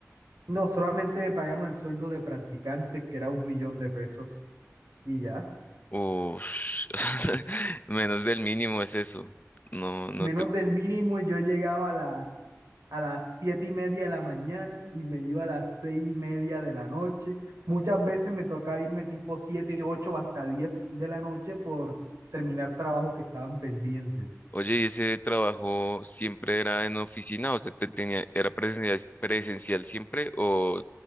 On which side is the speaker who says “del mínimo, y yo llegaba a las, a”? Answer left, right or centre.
Right